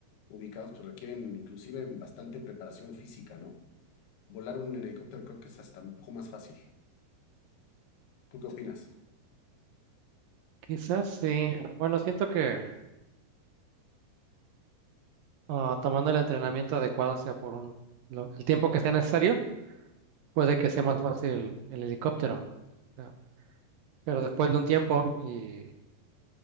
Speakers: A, on the left (about 75°); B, on the right (about 75°).
A: ubicados, pues requieren inclusive bastante preparación física, ¿no? Volar un helicóptero creo que es hasta un poco más fácil. ¿Tú qué opinas?
B: Quizás sí. Bueno, siento que ah, tomando el entrenamiento adecuado, sea por un, lo- el tiempo que sea necesario, puede que sea más fácil el helicóptero. o sea, pero después de un tiempo y